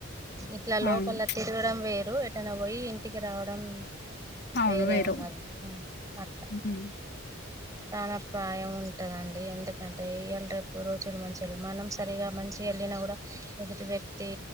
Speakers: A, on the right; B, on the left.
A: ఇట్లా లోపల
B: అవును
A: తిరగడం వేరు, ఎటనా పోయి ఇంటికి రావడం
B: అవును
A: వేరే
B: వేరు
A: ఉన్నద అట్లా
B: హ్మ్.
A: ప్రాణ ప్రాయం ఉంటదండి. ఎందుకంటే ఇయళ రేపు రోజులు మంచిగ లెవ్వు మనం సరిగా మంచి వెళ్ళిన కూడా ఎదుటి వ్యక్తి